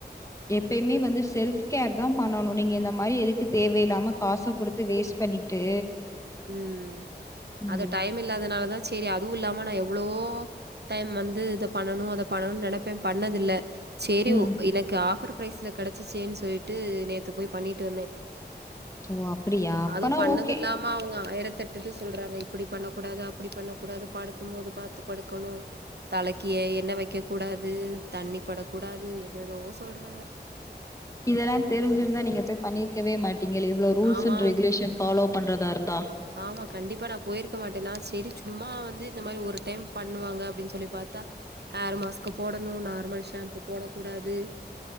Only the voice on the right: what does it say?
ம்
அத டைம் இல்லாதனாலதா செ செரி அதுவு இல்லாம நா எவ்ளவோ டைம் வந்து இத பண்ணனு அத பண்ணணு நெனைப்பே பண்ணதில்ல சேரி
உ எனக்கு ஆஃபர் ப்ரைஸ்ல கெடைச்சிச்சேன்னு சொல்லிட்டு நேத்து போய் பண்ணிட்டு வந்தே
அதுவு பண்ணது
இல்லா ம அவங்க ஆயிரத்தெட்டு இது சொல்றாங்க இப்டி பண்ணக்கூடாது அப்டி பண்ணக்கூடாது படுக்கும் போது பாத்து படுக்கணு தலைக்கு ஏ எண்ண வைக்க கூடாது தண்ணி பட கூடாது எது எதோ சொல்றாங்க
ஆமா
ஆமா கண்டிப்பா நா போயிருக்க மாட்டே நா சரி சும்மா வந்து இந்த மாரி ஒரு டைம் பண்ணுவாங்க அப்டின் சொல்லி பாத்தா ஹேர் மாஸ்க போடணு நார்மல் ஷாம்பு போடக் கூடாது